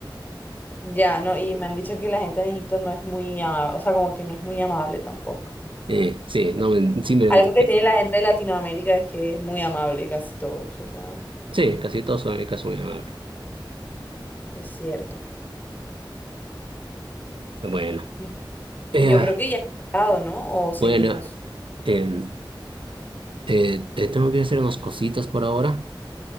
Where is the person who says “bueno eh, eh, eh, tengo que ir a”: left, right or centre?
Right